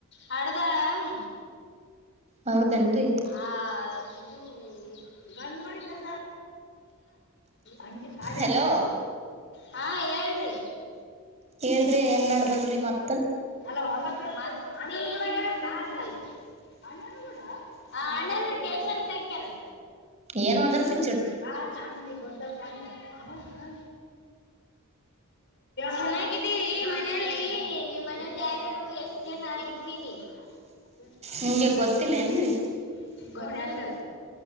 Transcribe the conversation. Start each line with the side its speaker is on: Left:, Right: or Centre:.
Left: ಹಡದಾಳ.
Right: ಹೌದನ್ರಿ.
Left: ಅದುದು ಚ <unintelligible> ಅದೇ
Right: ಹಲೋ
Left: ಹಾ ಹೇಳ್ರಿ.
Right: ಕೇಳ್ರಿ ಏನ್ ನಡ್ದದ್ರಿ ಮತ್.
Left: ಅಲ ಒಂಬತ್ತು ಮಾತ್ ಏನ್ ರಿ. ಅಣ್ಣ ಕೂಡ ಅಣ್ಣ ಟೇಶನ್ ಕ ಹಾಕ್ಯಾರ.
Right: ಏನ್ ವದರತ್ತಿ.
Left: ಹಾ ಚನ್ನ ನಿಗದ ಚಂದ ಹ ಹ.. ಚೆನ್ನಾಗಿದ್ದೀರಿ ಮನೆಯಲ್ಲಿ ನಿಮ್ ಮನೇಲಿ ಯಾರಾರು ಎಷ್ಟ್ ಜನ ಇರ್ತೀರಿ. ಹ <unintelligible>
Right: ನಿಮ್ಗೆ ಗೊತ್ತಿಲ್ಲೇನ್ರಿ
Left: ಅಂತ ಆ